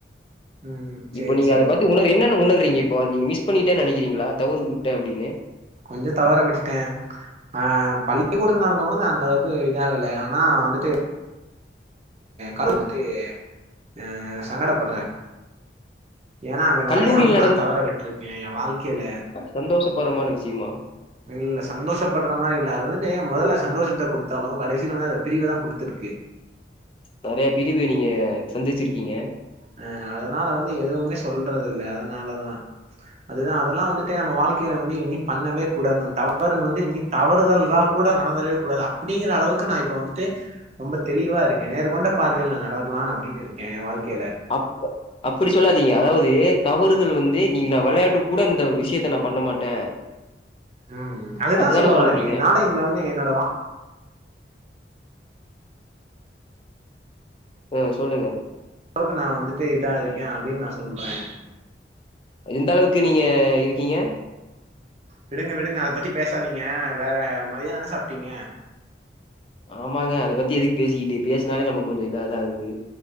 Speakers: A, on the right (about 35°); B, on the left (about 30°).
A: ம் சேரி
B: இப்ப நீங்க
A: சேரி
B: அத பத்தி உணந் என்னன்னு உணர்றீங்க இப்போ நீங்க மிஸ் பண்ணிட்டே நெனைக்கிறீங்களா தவறு விட்டே அப்டின்னு
A: கொஞ்சோ தவற விட்டுட்டே ஆ பள்ளிக்கூடத்துல நடந்த கூட நா அந்த அளவுக்கு இது ஆகல ஆனா வந்துட்டு கலந்துட்டு ஆ சங்கடப்படுறே ஏன்னா அங்க நெறையா
B: கல்லூரியில்
A: வந்து நா தவற விட்டுருக்கே ஏ வாழ்க்கேல
B: சந்தோஷப்பட்றமான விஷயமா
A: இல்ல சந்தோஷப்பட்ற மாரி இல்ல அது வந்துட்டு மொதல்ல சந்தோஷத்த குடுத்தாலு கடசில வந்து அந்த பிரிவதா குடுத்துருக்கு
B: நெறைய பிரிவு நீங்க சந்திச்சிருக்கீங்க
A: அ அதனால வந்து எதுவுமே சொல்றதில்ல அதனாலதா அதுதா அதெல்லாம் வந்துட்டு நம்ம வாழ்க்கைல வந்து இனி பண்ணவே கூடாதுன்னு தவறு வந்து இனி தவறுதல்காக கூட நடந்துடவே கூடாது அப்டிங்குற அளவுக்கு நா இப்ப வந்துட்டு ரொம்ப தெளிவா இருக்கேன் நேர் கொண்ட பார்வைல நா நடக்கலாம்னு அப்டின்னு இருக்கே‌ ஏ வாழ்கைல
B: அப் அப்டி சொல்லாதீங்க அதாவ்து தவறுதல் வந்து நீ நா வெளையாட்டு கூட இந்த விஷயத்த நா பண்ண மாட்டே
A: உம் அதுதா
B: அதுதான
A: சொல்ல வரே
B: வரீங்க
A: என்னால இந்த வந்து என்னோட வா
B: உம் சொல்லுங்க
A: நோக்கு நா வந்துட்டு இதான் இருக்கே அப்டின்னா நா சொல்றே
B: எந்த அளவுக்கு நீங்க இருக்கீங்க
A: விடுங்க விடுங்க அத பத்தி பேசாதீங்க வேற மதியானொ என்ன சாப்ட்டீங்க
B: ஆமாங்க அத பத்தி எதுக்கு பேசிக்கிட்டு பேசனாலே நமக்கு கொஞ்சோ இதாதா ஆகுது